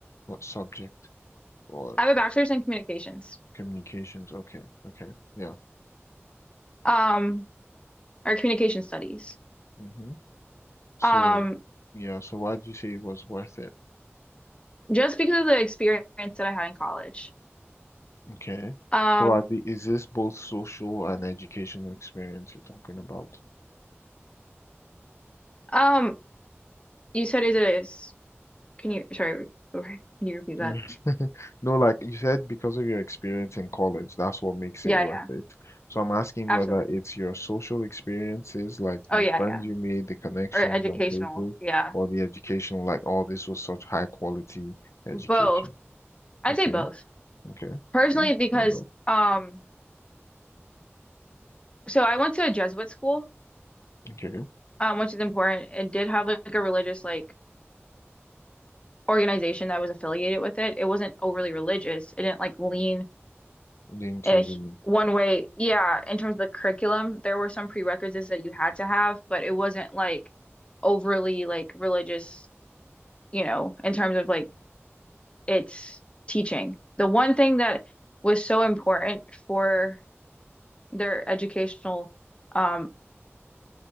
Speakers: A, on the left (about 85°); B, on the left (about 25°).
A: what subject or
B: I have a bachelor's in communications,
A: communications? Okay. Okay. Yeah.
B: um, or communication studies.
A: hmm So,
B: Um,
A: yeah. So, why do you say it was worth it?
B: just because of the experience that I had in college.
A: Okay.
B: Um,
A: So, are the is this both social and educational experience you're talking about?
B: um, you said it is. Can you, sorry, <laughs> re- re- can you repeat that?
A: Mm. <laughs> No, like you said, because of your experience in college, that's what makes
B: Yeah,
A: it worth
B: yeah,
A: it. So I'm asking
B: absolutely.
A: whether it's your social experiences, like
B: Oh,
A: the
B: yeah,
A: friends
B: yeah.
A: you made, the connections
B: Or educational.
A: and places,
B: Yeah.
A: or the educational, like, oh, this was such high quality education.
B: Both. I'd
A: Okay,
B: say both.
A: okay.
B: Personally,
A: Mm,
B: because,
A: Fair enough.
B: um, so I went to a Jesuit school,
A: Okay.
B: um, which is important. It did have like a religious, like, organization that was affiliated with it. It wasn't overly religious. It didn't like lean
A: Into
B: in a, h-
A: the
B: one way. Yeah, in terms of the curriculum, there were some prerequisites that you had to have, but it wasn't like overly like religious, you know, in terms of like its teaching. The one thing that was so important for their educational, um,